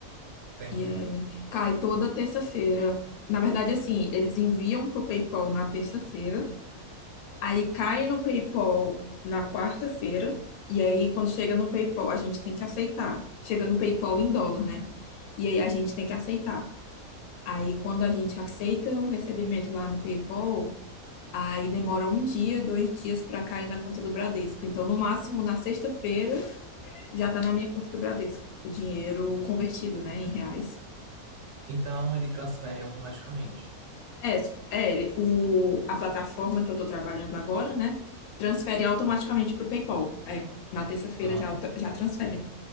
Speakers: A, on the right (about 65°); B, on the left (about 85°).
A: Entendi.
B: E aí cai toda terça-feira. Na verdade, assim, eles enviam pro PayPal na terça-feira. Aí cai no PayPal na quarta-feira, e aí quando chega no PayPal, a gente tem que aceitar. Chega no PayPal em dólar, né? E aí a gente tem que aceitar. Aí quando a gente aceita o recebimento lá no PayPal, aí demora um dia, dois dias para cair na conta do Bradesco. Então, no máximo, na sexta-feira, já tá na minha conta do Bradesco, o dinheiro convertido, né, em reais.
A: Então ele transfere automaticamente.
B: É, é ele- o, a plataforma que eu estou trabalhando agora, né? Transfere automaticamente para o PayPal. É, na terça-feira
A: Aham.
B: já, auto- já transfere.